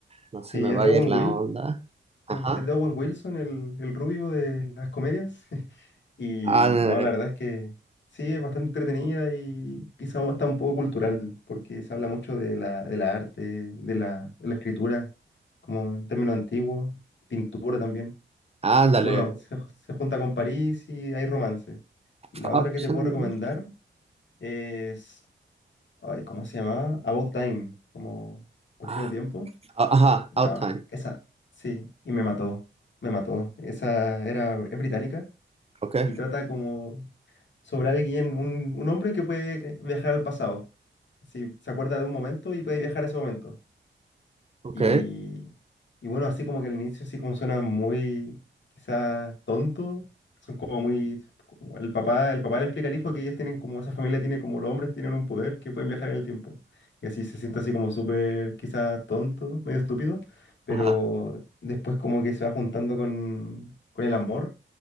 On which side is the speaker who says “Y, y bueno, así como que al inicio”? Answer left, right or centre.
Left